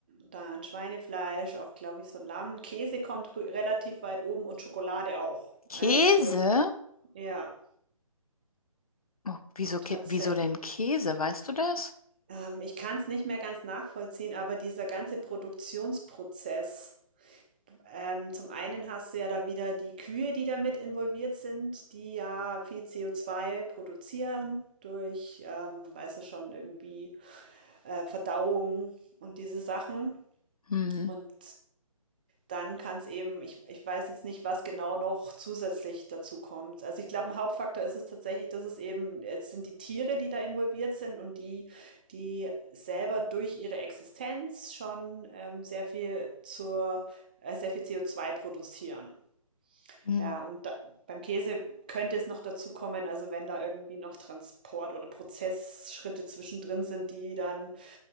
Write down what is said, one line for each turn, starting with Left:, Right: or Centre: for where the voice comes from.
Right: dann Schweinefleisch, auch glaube ich so Lamm. Käse kommt rü- relativ weit oben und Schokolade auch.
Left: Käse?
Right: Also für, ja,
Left: Oh, wieso, Kä-
Right: tatsächlich.
Left: wieso denn Käse? Weißt du das?
Right: Ähm, ich kann es nicht mehr ganz nachvollziehen, aber dieser ganze Produktionsprozess. Ähm, zum einen hast du ja da wieder die Kühe, die damit involviert sind, die ja viel co zwei produzieren durch, ähm, weißt du schon, irgendwie äh, Verdauung und diese Sachen.
Left: Hm.
Right: Und dann kann es eben ich ich weiß jetzt nicht, was genau noch zusätzlich dazu kommt Also, ich glaube, ein Hauptfaktor ist es tatsächlich, dass es eben es sind die Tiere, die da involviert sind und die die selber durch ihre Existenz schon, ähm, sehr viel zur äh, sehr viel CO2 produzieren.
Left: Hm.
Right: Ja, und da beim Käse könnte es noch dazu kommen also, wenn da irgendwie noch Transport oder Prozessschritte zwischendrin sind, die dann